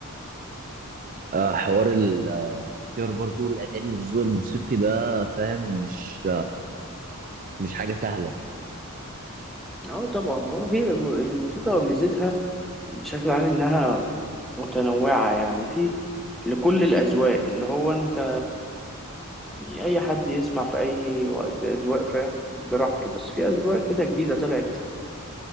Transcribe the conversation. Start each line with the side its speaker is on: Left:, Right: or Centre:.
Right: آه، حوار الاختيار برضو الاغاني والذوق الموسيقي ده فاهم مش مش حاجه سهله
Centre: اه طبعا هو في الموسيقى ميزتها بشكل عام انها متنوعة يعني في لكل الأذواق اللي هو انت يعني أي حد يسمع في أي وقت أذواق فاهم براحته بس في أذواق كده جديدة طلعت